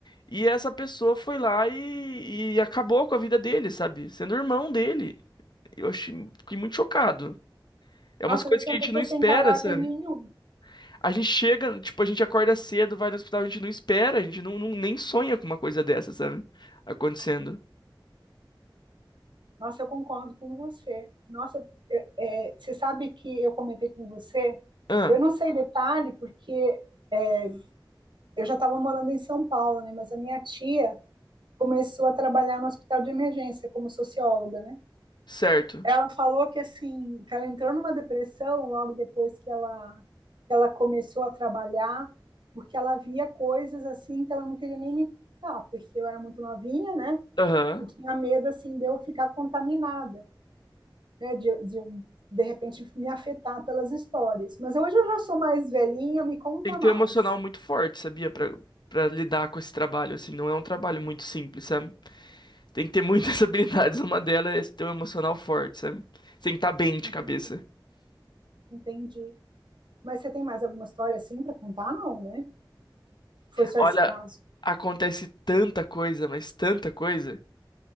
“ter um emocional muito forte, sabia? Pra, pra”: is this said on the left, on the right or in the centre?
Left